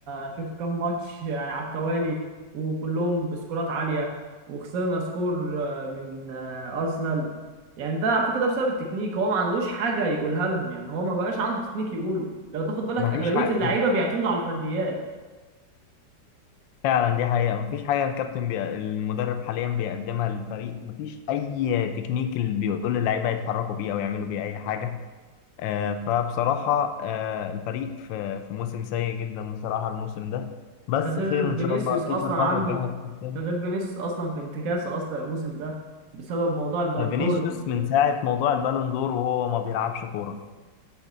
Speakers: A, on the right (about 55°); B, on the left (about 80°).
A: في كام ماتش يعني على التوالي وكلهم بسكورات عالية وخسرنا سكور آه، من آه، أرسنال يعني ده على فكرة ده بسبب التكنيك هو ما عندوش حاجة يقولها لهم يعني هو ما بقاش عنده تكنيك يقوله لو تاخد بالك
B: مفيش
A: أغلبية
B: حق
A: اللعيبة بيعتمدوا على الفرديات
B: فعلا دي حقيقة مفيش حاجة الكابتن بي... المدرب حاليا بيقدمها للفريق مفيش أي تكنيك اللي بيقول اللعيبة يتحركوا بيه أو يعملوا بيه أي حاجة آه فبصراحة آه الفريق في... في موسم سيء جدا بصراحة الموسم ده بس
A: ده غير
B: خير
A: فينيسيوس
B: إن شاء الله أكيد
A: أصلا
B: في الفترة
A: عنده
B: الجاية هتحسن.
A: ده غير فينيسيوس أصلا في انتكاسة أصلا الموسم ده بسبب موضوع البندور
B: آه، فينيسيوس
A: ال-
B: من ساعة موضوع البالون دور وهو ما بيلعبش كورة